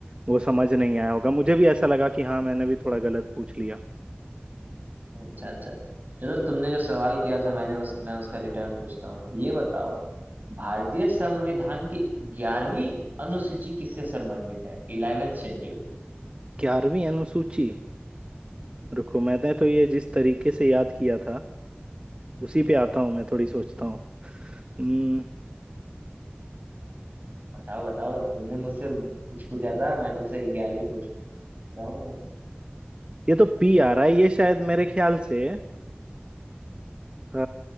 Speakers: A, on the right; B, on the right.
A: वो समझ नहीं आया होगा मुझे भी ऐसा लगा कि हाँ मैंने भी थोड़ा गलत पूछ लिया
B: अच्छा अच्छा चलो तुमने जो सवाल किया था मैंने उस मैं उसका रिटर्न पूछता हूँ ये बताओ भारतीय संविधान की ग्यारहवीं अनुसूची किससे संबंधित है इलेवेंथ शेड्यूल
A: ग्यारहवीं अनुसूची रुको मैंने तो ये जिस तरीके से याद किया था उसी पे आता हूँ मैं थोड़ी सोचता हूँ हम्म,
B: बताओ बताओ तुमने मुझसे कुछ पूछा था मैं तुमसे ग्यारहवीं पूछ रहा हूँ
A: ये तो पी आ रहा है ये शायद मेरे ख्याल से अ,